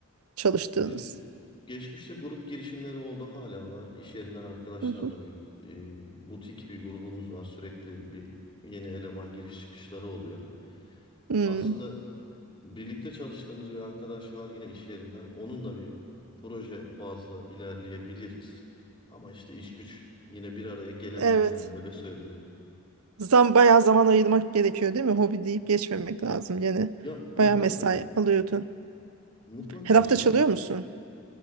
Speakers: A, on the right (about 80°); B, on the left (about 25°).
A: çalıştığınız.
B: Bir, geçmişte grup girişimleri oldu hala var. İş yerinden arkadaşlarla
A: Hı hı.
B: bir e, butik bir grubumuz var. Sürekli bir yeni eleman giriş çıkışları oluyor.
A: Hmm,
B: Aslında birlikte çalıştığımız bir arkadaş var yine iş yerinden. Onunla bir proje bazlı ilerleyebiliriz. Ama işte iş güç yine bir araya gelemedik
A: evet.
B: yani öyle söyleyeyim.
A: Zam bayağı zaman ayırmak gerekiyor değil mi? Hobi deyip geçmemek lazım gene.
B: Ya mutlaka
A: Bayağı mesai alıyordun.
B: mutlaka
A: Her hafta
B: şimdi
A: çalıyor musun